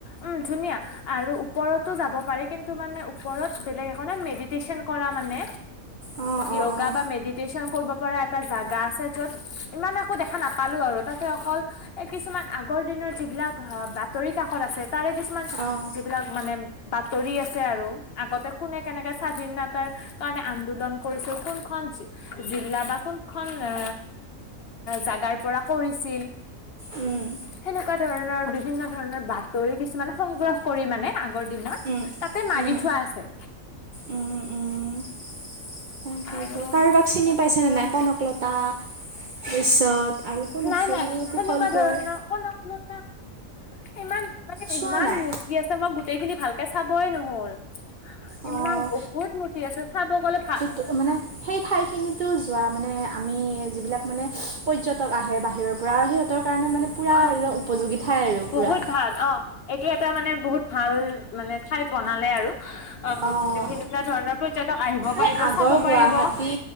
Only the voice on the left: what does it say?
উম, ধুনীয়া। আৰু ওপৰতো যাব পাৰি, কিন্তু মানে ওপৰত বেলেগে মেডিটেচন কৰা মানে
য়োগা
বা মেডিটেশ্যন কৰিব পৰা এটা জাগ গা আছে, য'ত ইমান একো দেখা নাপালো আৰু, তাতে অকল এই কিছুমান আগৰ দিনৰ যিবিলাক বাতৰি কাকত আছে তাৰে কিছুমান,
যিবিলাক মানে বাতৰি আছে আৰু, আগতে কোনে কেনেকৈ স্বাধীনতাৰ কাৰণে আন্দোলন কৰিছিল, কোনখন জিলা বা কোন খন এ, জাগাৰ পৰা কৰিছিল
সেনেকুৱা ধৰণৰ, বিভিন্ন ধৰণৰ বাতৰি কিছুমান সংগ্ৰহ কৰি মানে, আগৰ দিনৰ
তাতে মাৰি
থোৱা আছে।
আৰু
তাতে
নাই
নাই
সেনেকুৱা ধৰণৰ
কনকলতা, ইমান মানে,
ইমান
মূৰ তি আছে, মই গোটেইখিনি ভালকে চাবই নহ'ল।
ইমান, বহুত মূৰ্তি আছে, চাব গ'লে ভা
অ
বহুত
ভাল অ, এইটো এটা মানে, বহুত ভাল মানে ঠাই বনালে আৰু। ‌ অ' <unintelligible>
ধৰণৰ পৰ্যটক আহিব পাৰিব,
চাব
পাৰিব।